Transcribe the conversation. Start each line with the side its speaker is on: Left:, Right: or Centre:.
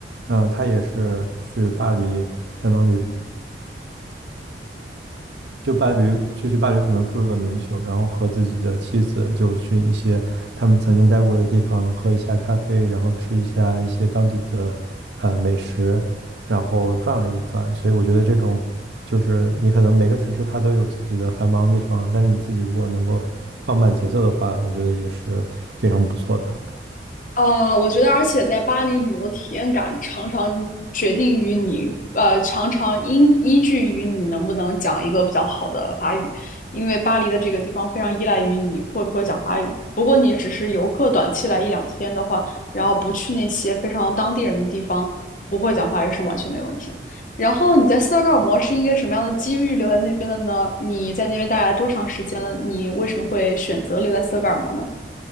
Right: 嗯，他也是去巴黎，相当于。就伴侣，就是伴侣可能住了个民宿，然后和自己的妻子就去一些他们曾经待过的地方喝一下咖啡，然后吃一下一些当地的呃美食，然后转了一转。所以我觉得这种就是你可能每个城市它都有自己的繁忙的地方，但是你自己如果能够放慢节奏的话，我觉得也是非常不错的。
Left: 呃，我觉得，而且在巴黎旅游体验感常常决定于你，呃，常常因依据于你能不能讲一个比较好的法语，因为巴黎的这个地方非常依赖于你会不会讲法语。不过你只是游客短期来一两天的话，然后不去那些非常当地人的地方，不会讲法语是完全没问题的然后你在斯德哥尔摩是一个什么样的机遇留在那边的呢？你在那边待了多长时间了？你为什么会选择留在斯德哥尔摩呢？